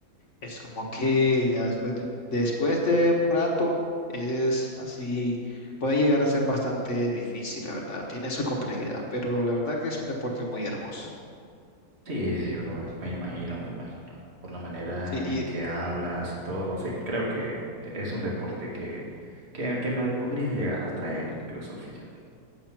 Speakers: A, on the left (about 50°); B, on the right (about 40°).
A: es como que ya después de, un- después de un rato es así, puede llegar a ser bastante difícil, la verdad. Tiene su complejidad, pero la verdad que es un deporte muy hermoso.
B: Sí, sí, bro, me imagino, me imagino. Por la manera
A: Sí,
B: en que hablas y todo, sí, creo que eh, es un deporte que, que, que me podría llegar a traer incluso, fíjate.